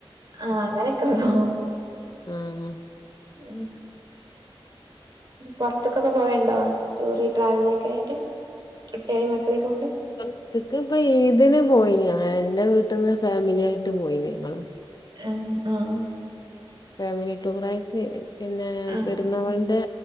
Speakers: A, on the right (about 50°); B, on the left (about 45°).
A: ആഹ് അങ്ങനെയൊക്കെ ഉള്ളൂ
B: ആഹാ
A: ഹെ പൊറത്ത്ക്കൊക്കെ പോവയ്ണ്ടോ ടൂറ് ട്രാവല ഒക്കെയായിട്ട് കുട്ട്വയി മക്കളെക്കെ കൊണ്ട്
B: പൊറത്ത്ക്ക്പ്പം ഈദിന് പോയിന്ന് ഞാന് എന്റെ വീട്ട്ന്ന് ഫാമിലിയായിട്ട് പോയി ഞങ്ങള്
A: ആഹ് ആഹ്
B: ഫാമിലി ടൂറായിട്ട് പിന്നെ
A: ആഹ്
B: പെരുന്നാളിന്റെ